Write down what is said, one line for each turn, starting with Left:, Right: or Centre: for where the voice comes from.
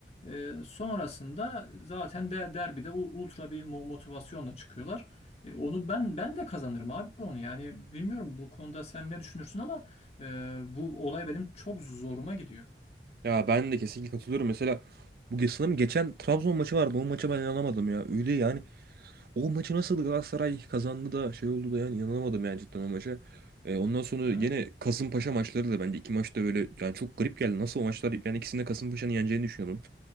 Left: E, sonrasında zaten de derbide u- ultra bir mo- motivasyonla çıkıyorlar. E, onu ben ben de kazanırım abi onu. Yani bilmiyorum bu konuda sen ne düşünürsün ama e, bu olay benim çok zoruma gidiyor.
Right: Ya ben de kesinlikle katılıyorum. Mesela bu sanırım geçen Trabzon maçı vardı. O maça ben inanamadım ya. Öyle yani O maçı nasıl Galatasaray kazandı da şey oldu da yani inanamadım yani cidden o maça. Ee, ondan sonra
Left: Evet.
Right: yine Kasımpaşa maçları da bence iki maçta böyle yani çok garip geldi. Nasıl o maçlar ben ikisinde Kasımpaşa'nın yeneceğini düşünüyordum.